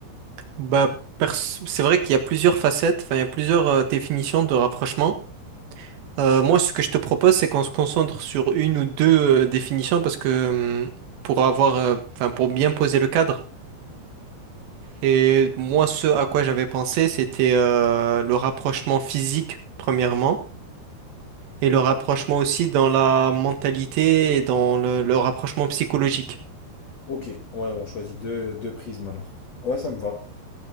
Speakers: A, on the right (about 70°); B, on the left (about 55°).
A: Bah, pers- c'est vrai qu'il y a plusieurs facettes, enfin, il y a plusieurs euh, définitions de rapprochement. Euh, moi, ce que je te propose, c'est qu'on se concentre sur une ou deux euh, définitions parce que hum, pour avoir, euh, enfin, pour bien poser le cadre. Et moi, ce à quoi j'avais pensé, c'était euh, le rapprochement physique, premièrement, et le rapprochement aussi dans la mentalité et dans le le rapprochement psychologique.
B: Ok, ouais, on choisit deux, deux prismes alors. Ouais, ça me va.